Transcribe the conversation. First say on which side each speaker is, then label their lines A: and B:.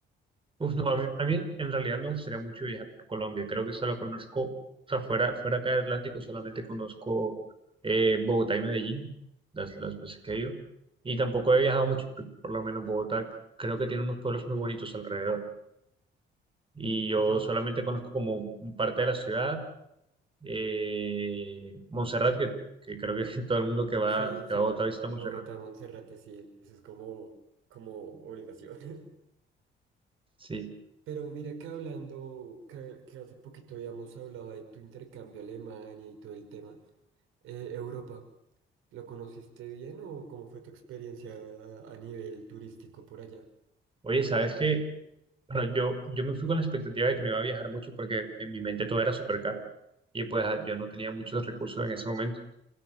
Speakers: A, on the right; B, on the right.
A: Uf, no, a mí, a mí en realidad me gustaría mucho viajar por Colombia, creo que solo conozco, o sea, fuera, fuera acá del Atlántico solamente conozco eh, Bogotá y Medellín, las, las veces que he ido, y tampoco he viajado mucho, porque por lo menos Bogotá creo que tiene unos pueblos muy bonitos alrededor. y yo
B: <laughs> Oye,
A: solamente conozco como un parte de la ciudad. Eh, Montserrat, que, que creo que <laughs> todo el mundo que va,
B: sí,
A: que
B: sí,
A: va a Bogotá
B: a
A: visita
B: a
A: Montserrat.
B: Bogotá, Monserrate, sí, eso es como, como obligación. <laughs>
A: Sí.
B: Pero mira que hablando, que, que hace poquito habíamos hablado de tu intercambio a Alemania y todo el tema, eh, Europa, ¿lo conociste bien o cómo fue tu experiencia a, a nivel turístico por allá?
A: Oye, ¿sabes qué? Bueno, yo, yo me fui con la expectativa de que no iba a viajar mucho porque en mi mente todo era súper caro y pues ah, yo no tenía muchos recursos en ese momento.